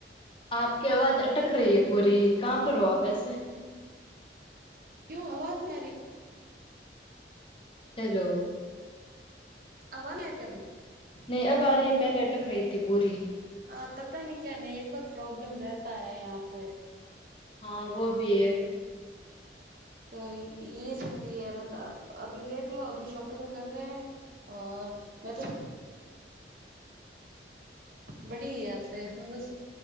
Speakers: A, on the left (about 30°); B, on the right (about 50°).
A: આપ કી આવાજ અટક રહીે પૂરી કહા પર હો આપ એસે
B: ક્યો અવાજ આરી
A: હેલો
B: <unintelligible>
A: નહી અબ આ રહીે પહેલે અટક રહીતી પૂરી
B: અ પતા નહી ક્યા નેટવર્ક પ્રોબ્લમ રહેતા હૈ યહા પે
A: હા વો ભી હૈં.
B: તો યે સારી હે મતલબ અભી દેખલો લો અભી શોપ કર રહે હૈ ઔર મતલબ બડીયાત હા બસ